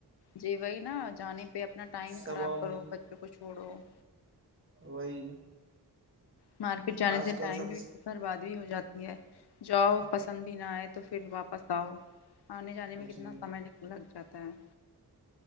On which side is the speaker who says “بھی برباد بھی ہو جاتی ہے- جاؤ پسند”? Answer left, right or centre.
Left